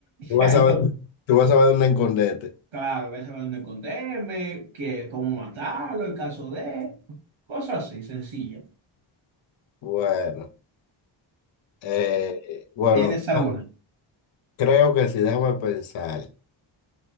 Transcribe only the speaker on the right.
Ya yo,
claro, voy a saber dónde esconderme, que, cómo matarlo en caso de, cosas así, sencillas.
¿Tienes alguna?